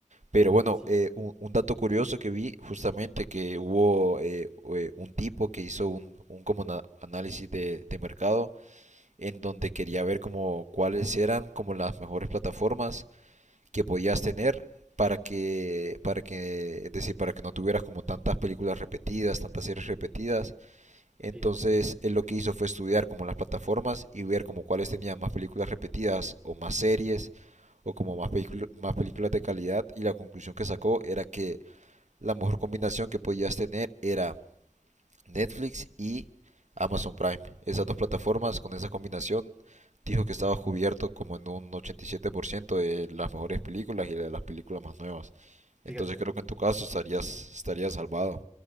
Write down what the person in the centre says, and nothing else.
sí,
sí,
fíjate.